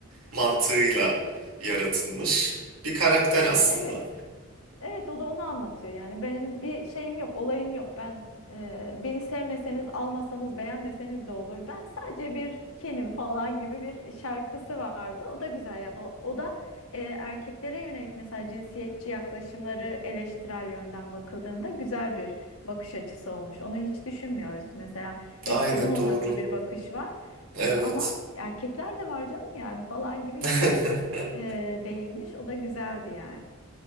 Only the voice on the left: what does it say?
Evet. Evet o da onu anlatıyor yani benim bir şeyim yok olayım yok ben e, beni sevmeseniz almasanız beğenmeseniz de olur ben sadece bir kenim falan gibi bir şarkısı vardı o da güzel ya o, o da e, erkeklere yönelik mesela cinsiyetçi yaklaşımları eleştirel yönden bakıldığında güzel bir bakış açısı olmuş onu hiç düşünmüyoruz mesela hep
kadın odaklı
bir bakış var
E, ama erkekler de var canım yani falan gibi
bir yere e, değinmiş o da güzeldi yani.